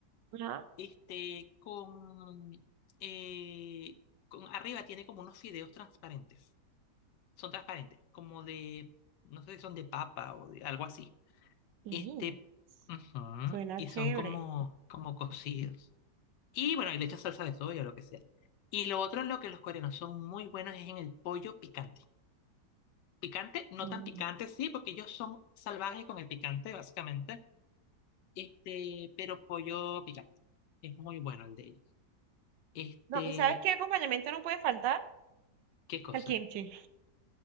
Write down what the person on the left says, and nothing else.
este, con, eh, con arriba tiene como unos fideos transparentes. Son transparentes, como de, no sé si son de papa o de algo así.
Este, ujú,
y
son como, como cocidos. Y bueno, y le echas salsa de soya o lo que sea. Y lo otro en lo que los coreanos son muy buenos es en el pollo picante. Picante, no
tan picante, sí, porque ellos son salvajes con el picante, básicamente. Este, pero pollo picante. Es muy bueno el de ellos. Este,
¿Qué cosa?